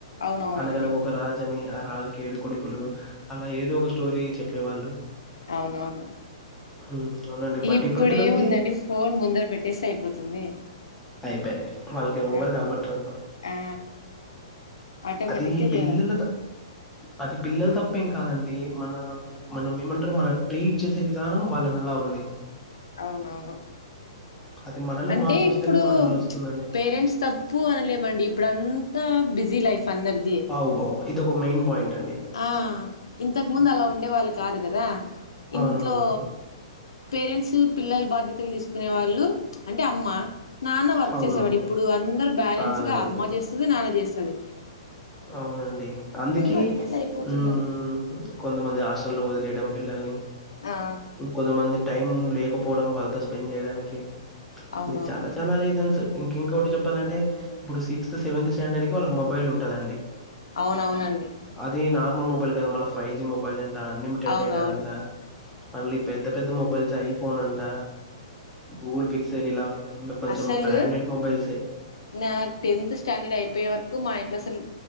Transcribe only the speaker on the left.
అవునవునండి
అవునవును
ఇప్పుడేముందండి
ఫోన్ ముందర పెట్టేస్తే అయిపోతుంది
ఆ
ఆ ఆటోమేటిక్గా
చే
అవునవును
అంటే
ఇప్పుడు
పేరెంట్స్ తప్పు అనలేమండి ఇప్పుడు అంతా బిజీ లైఫ్ అందరి
ఆ ఇంతకు ముందు
అలా ఉండే వాళ్ళు కాదు కదా
ఇంట్లో పేరెంట్స్ పిల్లలు బాధ్యతలు తీసుకునే వాళ్ళు అంటే అమ్మ నాన్న వర్క్
చేసేవాడు ఇప్పుడు అందరు బ్యాలెన్స్
గా
అమ్మ చేస్తుది నాన్న చేస్తాది
బట్టి అట్లా అయిపోతున్నారు
ఆ
అవునవును
అవునవునండి
అవునవును
అసలు
నా టెన్త్ స్టాండర్డ్ అయిపోయే వరకు మా ఇంట్లో అసలు